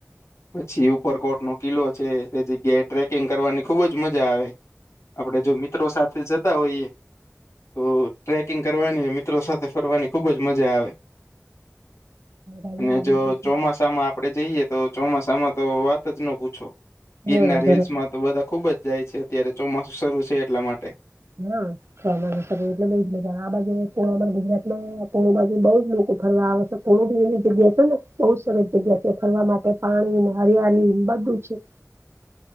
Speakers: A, on the left; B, on the right.
A: પછી ઉપરકોટ નો કિલ્લો છે તે જગ્યાએ ટ્રેકિંગ કરવાની ખુબ જ મજા આવે. આપડે જો મિત્રો સાથે જતા હોઈએ તો ટ્રેક કિંગ કરવાની મિત્રો સાથે ફરવાની ખુબ જ મજા આવે.
B: આ
A: અને જો
B: ગુજરાતમાં
A: ચોમાસામાં આપડે જઈએ તો ચોમાસામાં તો વાત જ ન પૂછો ગીરનાર
B: હા
A: હીલ્સમાં
B: બરાબર
A: તો બધા ખુબ જ જાય છે અત્યારે ચોમાસું શરૂ છે એટલા માટે.
B: હમ. સનાના એટલે બહુજ મજા આવે આ બાજુ અમારા ગુજરાતમાં કો બાજુ બહુ જ લોકો ફરવા આવે છે. ઘણું બી એવી જગ્યા છે ને બહુ સરસ જગ્યા છે ફરવા માટે પાણી ન હરિયારીન બધું જ છે.